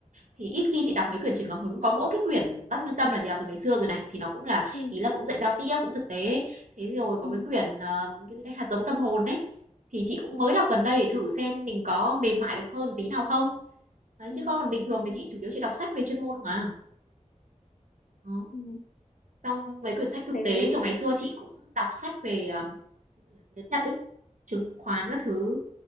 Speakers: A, on the right; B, on the left.
A: thì ít khi chị đọc mấy quyển truyền cảm hứng, có mỗi cái quyển Đắc Nhân Tâm là chị đọc từ ngày xưa rồi này, thì nó cũng là
B: Ừ,
A: ý là cũng dạy giao tiếp, cũng thực tế Thế rồi có
B: ừ,
A: cái quyển, ờm, cái gì đấy, Hạt giống tâm hồn đấy thì chị cũng
B: ừ,
A: mới đọc gần đây để thử xem mình có mềm mại được hơn tí nào không. Đấy,
B: ừ,
A: chứ còn bình thường thì chị chủ yếu chị đọc sách về chuyên môn không à. Ờ.
B: ừ.
A: Xong mấy quyển sách thực
B: Thế
A: tế, kiểu, ngày xưa chị cũng đọc sách về, ờ, tiếng Nhật ấy, chứng khoán các thứ.